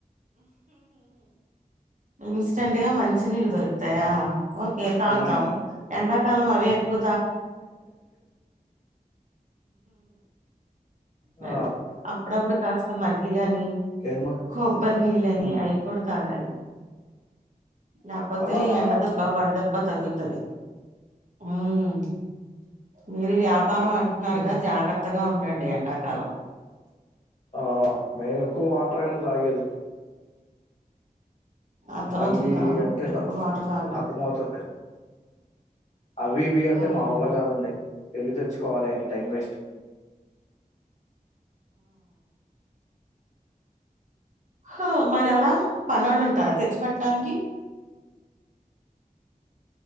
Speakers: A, on the right (about 55°); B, on the left (about 45°).
A: ఇన్స్టెంట్ గా మంచి తి నీళ్లు దొరుకుతాయా ఓకే తాగుతాం
B: హ్మ్
A: ఎండా కాలము అవే ఎక్కువ హై
B: ఆ
A: అది అప్పుడప్పుడు కాస్త మజ్జిగని,
B: కేజమా
A: కొ బర్ నళ్లని
B: హ్మ్
A: అయి కూడా తాగాలి నాపోతే
B: అలానా
A: ఎండదెబ్బ, వడదబ్బ తగ్గుతది ఉమ్ మీర్ యాప్ పారం అంటున్నారు
B: హ్మ్.
A: గాని జాగ్రత్తగా ఉ టండి ఎండాకాలం
B: ఆ మెయిన్ ఎక్కువ వాటర్ ఏండి తాగేది
A: అర్థమవుతుందా
B: అవి అంటే
A: ఎక్కువ వాటర్ తాగాలి
B: అర్ధం అవుతుంది అవి ఇవి అంటే
A: ఉమ్
B: మా వల్ల కాదండి వెళ్ళి తెచ్చుకోవాలి అ టైం వేస్ట్
A: ఆ మరి అలా పనొళ్ళు ఉంటారా తెచ్ పెట్టానికి